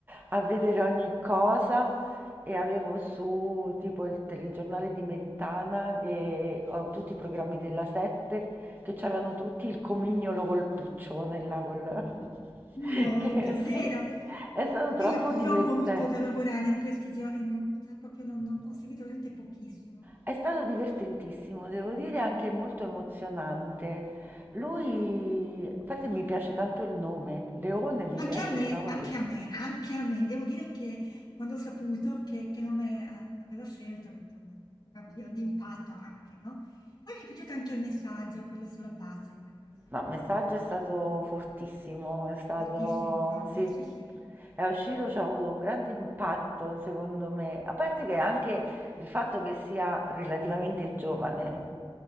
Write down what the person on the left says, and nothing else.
no,
davvero.
E io purtroppo
ho avuto da lavorare in questi giorni, non ho, cioè, proprio non, non- ho seguito veramente pochissimo.
Anche
a me,
anche a me, anche a me. Devo dire che quando ho saputo che, che nome eh, aveva scelto, ho detto, ma proprio d'impatto anche, no? Poi mi è piaciuto anche il messaggio, quello sulla pace, quello è stato
molto
forte,
fortissimo proprio,
sì sì.